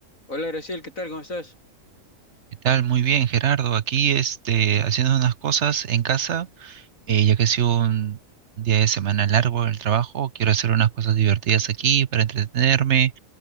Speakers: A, on the left (about 70°); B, on the right (about 60°).
A: Hola Graciel, ¿qué tal? ¿Cómo estás?
B: ¿Qué tal? Muy bien, Gerardo. Aquí este, haciendo unas cosas en casa, eh, ya que ha sido un día de semana largo en el trabajo, quiero hacer unas cosas divertidas aquí para entretenerme,